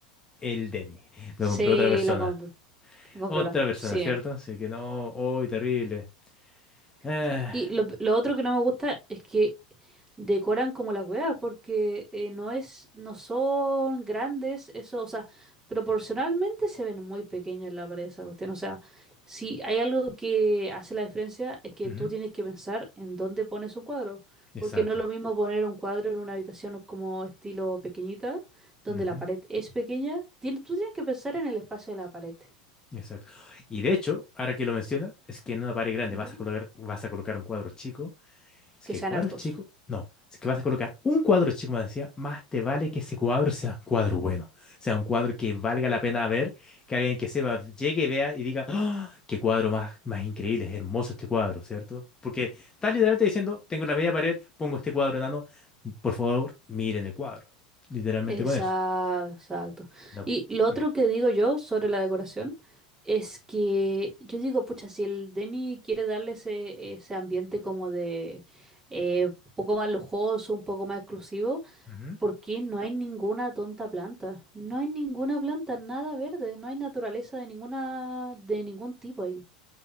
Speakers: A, on the left; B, on the right.
A: el Denny,
B: sí,
A: lo compró otra persona.
B: lo Me compro
A: Otra
B: las...
A: persona,
B: Sí.
A: ¿cierto?
B: o
A: Así que no, hoy terrible. Ah,
B: sea, y lo, lo otro que no me gusta es que decoran como las weas, porque eh, no es, no son grandes, eso, o sea, proporcionalmente se ven muy pequeños en la pared esa cuestión. O sea, si hay algo que hace la diferencia es que
A: ujú,
B: tú tienes que pensar en dónde pones un cuadro,
A: exacto.
B: porque no es lo mismo poner un cuadro en una habitación como estilo pequeñita, donde
A: ujú,
B: la pared es pequeña. Tien- tú tienes que pensar en el espacio de la pared,
A: Exacto. Y de hecho, ahora que lo mencionas, es que en una pared grande
B: Ujú.
A: vas a colocar, vas a colocar un cuadro chico Es
B: que
A: que
B: sean
A: el cuadro
B: hartos.
A: es chico. No, es que vas a colocar un cuadro chico, me decía, más te vale que ese cuadro sea un cuadro bueno, sea un cuadro que valga la pena ver, que alguien que sepa llegue y vea y diga, ¡Ah! qué cuadro más, más increíble, es hermoso este cuadro, ¿cierto? Porque estás literalmente diciendo, tengo la media pared, pongo este cuadro enano, por favor, miren el cuadro. Literalmente
B: Exacto,
A: con eso.
B: exacto.
A: No.
B: Y lo otro
A: Ujú,
B: que digo yo sobre la decoración es que yo digo, pucha, si el Denny quiere darle ese, ese ambiente como de eh, un poco más lujoso, un poco más exclusivo,
A: ujú,
B: ¿por qué no hay ninguna tonta planta? No hay ninguna planta, nada verde, no hay naturaleza de ninguna, de ningún tipo ahí.